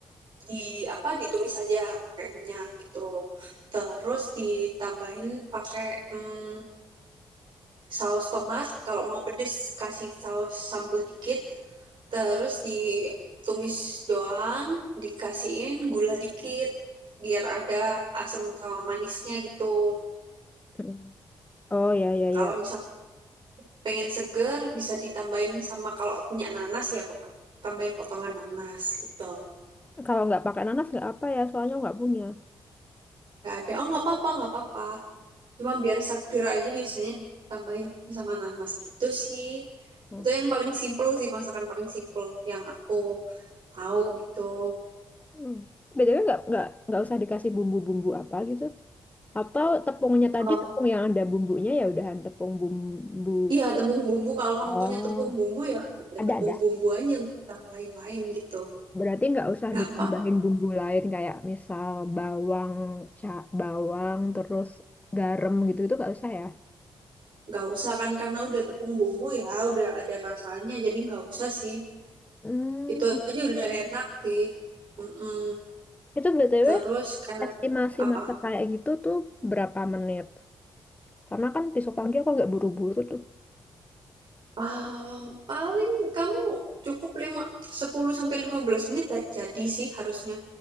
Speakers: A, on the right; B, on the left.
A: di apa ditumis aja pakai minyak gitu. Terus ditambahin pakai mm, saus tomat. Kalau mau pedes kasih saus sambal dikit. terus ditumis doang, dikasihin gula dikit biar ada asam sama manisnya gitu.
B: Mm-mm. Oh ya ya ya.
A: Kalau misalkan pengen seger bisa ditambahin sama kalau punya nanas ya Pak, tambahin potongan nanas gitu.
B: Kalau nggak pakai nanas nggak apa ya, soalnya nggak punya.
A: Gak ada, oh nggak apa-apa, nggak apa-apa. Cuma biar seger aja biasanya ditambahin sama nanas gitu sih.
B: Oke.
A: Itu yang paling simple sih, masakan paling simple yang aku tahu gitu.
B: hmm. BTW nggak nggak nggak usah dikasih bumbu-bumbu apa gitu. Atau tepungnya tadi
A: Eh,
B: tepung yang ada bumbunya ya udahan tepung bumbu.
A: Iya, tepung bumbu. Kalau kamu
B: Oh,
A: punya tepung bumbu ya udah
B: ada
A: tepung
B: ada.
A: bumbu aja, nggak usah lain-lain gitu.
B: Berarti nggak usah
A: Gampang,
B: ditambahin bumbu lain kayak misal bawang, ca bawang, terus garam gitu itu nggak usah ya?
A: nggak usah kan karena udah tepung bumbu ya, udah ada rasanya, jadi nggak usah sih.
B: Hmm,
A: Itu aja udah enak sih. Mm-mm.
B: itu BTW
A: Terus kayak
B: estimasi
A: apa?
B: masak kayak gitu tuh berapa menit? Karena kan besok pagi aku agak buru-buru tuh.
A: Ah, paling kamu cukup lima sepuluh sampai lima belas menit dah jadi sih harusnya.